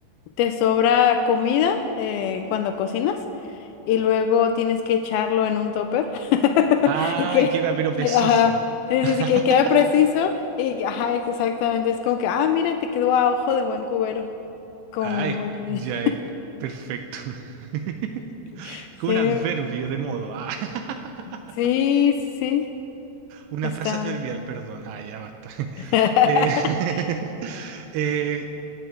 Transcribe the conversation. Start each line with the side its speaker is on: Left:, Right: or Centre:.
Left: te sobra comida eh, cuando cocinas y luego tienes que echarlo en un topper <laughs>
Right: Ay,
Left: y que,
Right: queda pero
Left: y que,
Right: preciso.
Left: ajá, sí,
Right: <laughs>
Left: sí, sí, que queda preciso y ajá, exactamente, es como que, ah, mira, te quedó a ojo de buen cubero, como
Right: Ay,
Left: muy pre-
Right: ya es perfecto. <laughs>
Left: <laughs>
Right: Con
Left: Sí,
Right: un adverbio de modo. Ah. <laughs>
Left: sí, sí,
Right: Una
Left: está.
Right: frase adverbial, perdón. Ah, ya basta. <laughs>
Left: <laughs>
Right: Eh, <laughs> eh,